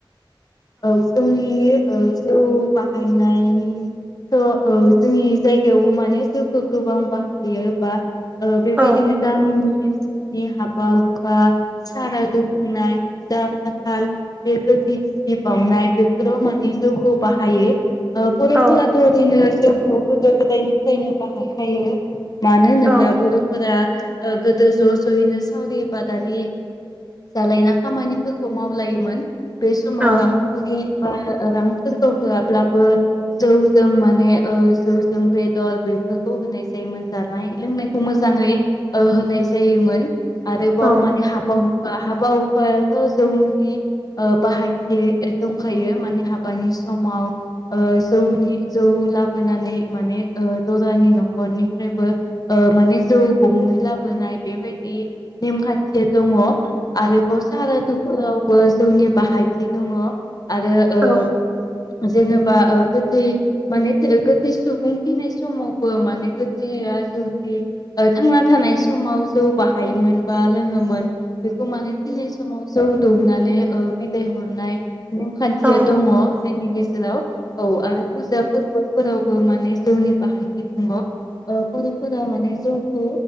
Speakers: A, on the left (about 45°); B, on the right (about 15°).
A: औ जोंनि जौ बाहायनायथ' जोंनि जायगायावबो माने जौखौ गोबां बाहायो बा बेबायदिनो
B: औ
A: गामिनि ओनसोलनि हाबा हुखा सारा दुबुंनाय फुजा फाथाल बे गोथैसिब बावनाय बेफोराव माने जौखौ बाहायो परस
B: औ
A: फोराथ'दिनो गोदो गोदायनिफ्रायनो बाहायखायो मानो होनोब्ला
B: औ
A: बर'फोरा गोदो ज' ज'यैनो सावरि बादालि जालायना खामानिफोरखौ मावलायोमोन। बेसमाव
B: औ
A: रां बा रांफोरखौ होआब्लाबो जौजों माने जौजों बेदर बेफोरखौ होनाय जायोमोन जानाय लोंनायखौ मोजाङै होनाय जायोमोन। आरोबाव
B: औ
A: माने हाबा हुखु बा हाबा हुखायावथ' जौनि बाहायथि दंखायो माने हाबानि समाव जौनि जौ लाबोनानै माने दरानि न'खरनिफ्रायबो माने जौ गंनै लाबोनाय बेबायदि नेमखान्थिया दङ। आरोबाव सारा दुखुवावबो जोंनि बाहायथि दङ आरो ओ
B: औ
A: जेनेबा गोथै माने गोथै सुबुं थैनाय समावबो माने गोथैया जुदि थांना थानाय समाव जौ बाहायोमोन बा लोङोमोन बेखौ माने थैनाय समाव जौ दौनानै ओ फाय हरनाय नेम खान्थिया
B: औ
A: दङ। जोंनि गेजेराव औ आरो फुजा फोरबोफोरावबो माने जौनि बाहायथि दङ। ओ बर'फोरा माने जौखौ